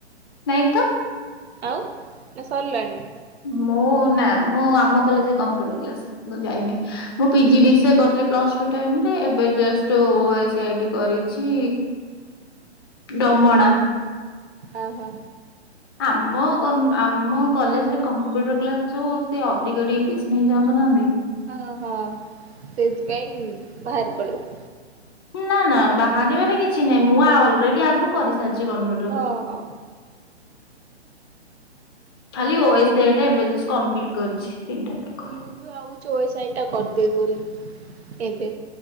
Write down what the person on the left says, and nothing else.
ନାଇ ତ।
ମୁଁ ନା ମୁଁ ଆମ କଲେଜରେ କମ୍ପ୍ୟୁଟର କ୍ଲାସ ଯାଇନି। ମୁଁ ପିଜି ଡିସିଏ କରିଥିଲି ପ୍ଲସ ଟୁ ଟାଇମରେ, ଏବେ ଜଷ୍ଟ ଓଏସି ଆଇଡି କରିଛି। ଡମଣା।
ଆମ କ-ଆମ କଲେଜରେ କମ୍ପ୍ୟୁଟର କ୍ଲାସ ଯୋଉ ସେ ଅଧିକ ଟିକେ ପିସ୍ ନେଇ ଯାଉଛନା ନାହି?
ନା ନା ବାହାରିବାରେ କିଛି ନାହିଁ, ମୁଁ ଆ-ଅଲରେଡି ଆଗରୁ କରିସାରିଛି ଗମେଟରେ
କୋର୍ଷ। <inaudible>
ଖାଲି ଓଏସ ଏଡେ ଏବେ ଜଷ୍ଟ୍ କପ୍ଲି୍ଟ୍ କରିଛି, ତିନିଟା ଯାକ।